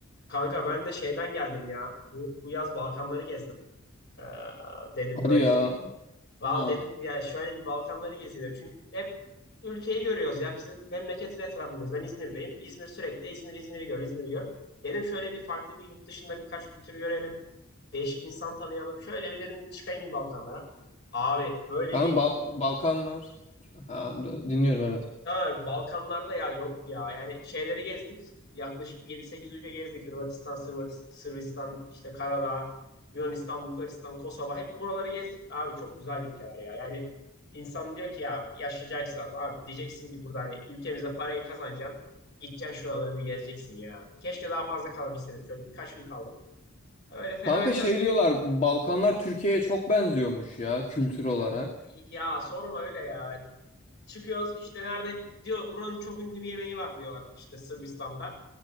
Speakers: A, on the left; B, on the left.
A: Kanka ben de şeyden geldim ya. Bu, bu yaz Balkanları gezdim. Ee, dedim
B: Hadi
A: böyle
B: ya.
A: bir Val
B: Bunlar.
A: dedim ya şöyle bir Balkanları gezeyim dedim. Çünkü hep ülkeyi görüyoruz ya. Bizim memleketin etrafındayız. Ben İzmir'deyim. İzmir sürekli İzmir İzmir'i gör, İzmir'i gör. Dedim şöyle bir farklı bir yurt dışında birkaç kültürü görelim. Değişik insan tanıyalım. Şöyle bir dedim bir çıkayım bir Balkanlara. Abi böyle
B: Kanka
A: bir
B: Ba- Balkanlar. Ha, d- dinliyorum evet.
A: Ama Balkanlarda ya yok ya. Yani şeyleri gezdik. Yaklaşık yedi sekiz ülke gezdik. Hırvatistan, Sırvat- Sırbistan, işte Karadağ, Yunanistan, Bulgaristan, Kosova. Hep buraları gezdik. Abi çok güzel ülkeler ya. Yani insan diyor ki ya yaşlayacaksın zaten. Abi diyeceksin ki burada hani ülkemize parayı kazanacaksın. Gideceksin şuraları bir gezeceksin ya. Keşke daha fazla kalabilseydim. Şöyle birkaç gün kaldım. Öyle fenaydı
B: Kanka
A: ya.
B: şey diyorlar Balkanlar Türkiye'ye çok benziyormuş ya kültür olarak.
A: Ya sorma öyle ya. Çıkıyoruz işte nerede diyor buranın çok ünlü bir yemeği var diyorlar işte Sırbistan'da